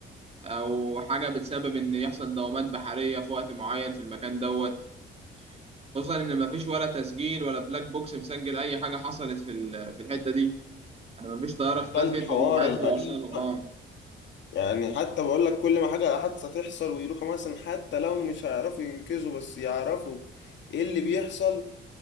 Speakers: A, on the right; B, on the left.
A: أو حاجة بتسبب إن يحصل دوامات بحرية في وقت معين في المكان دوت خصوصا إن مفيش ولا تسجيل ولا بلاك بوكس مسجل أي حاجة حصلت في ال- في الحتة دي أنا مفيش طيارة اختفت
B: الحوار
A: وهم عرفوا
B: الغريب
A: يوصلوا
B: بقى
A: أه
B: يعني حتى بقول لك كل ما حاجة حادثة تحصل ويروحوا مثلا حتى لو مش هيعرفوا ينقذوا بس يعرفوا ايه اللي بيحصل